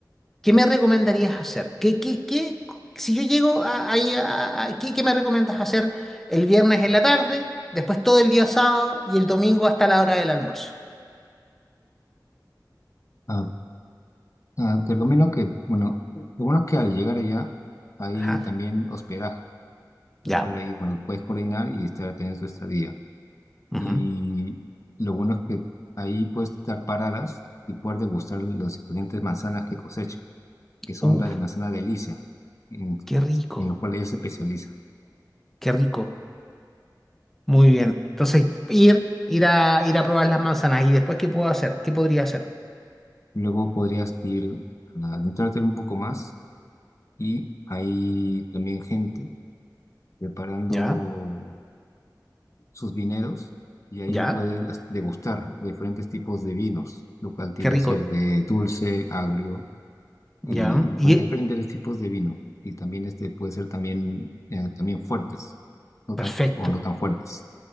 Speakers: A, in the centre; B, on the left (about 45°).
A: ¿qué me recomendarías hacer? ¿Qué, qué, qué, si yo llego a- ahí, a- a- ¿qué, qué me recomiendas hacer el viernes en la tarde, después todo el día sábado y el domingo hasta la hora del almuerzo?
B: Ah, ah, te recomiendo que, bueno, lo bueno es que al llegar allá hay
A: Ajá.
B: también hospedaje, lo
A: Ya.
B: cual ahí, bueno, puedes coordinar y estar teniendo tu estadía. Y
A: Ujú.
B: lo bueno es que ahí puedes dar paradas y poder degustar los diferentes manzanas que cosechan que son
A: Uf.
B: la de manzana delicia, en,
A: Qué rico,
B: en lo cual ellos se especializan.
A: qué rico. Muy bien. Entonces, ir, ir a, ir a probar las manzanas. ¿Y después qué puedo hacer? ¿Qué podría hacer?
B: Luego podrías ir a adentrarte un poco más y hay también gente preparando
A: Ya,
B: sus vineros y ahí
A: ya,
B: puedes degustar los diferentes tipos de vinos, lo cual tiende
A: qué rico.
B: a ser de dulce, agrio y
A: Ya,
B: bueno,
A: y eh,
B: hay diferentes tipos de vino y también este puede ser también, eh, también fuertes, no
A: perfecto.
B: tan, o no tan fuertes.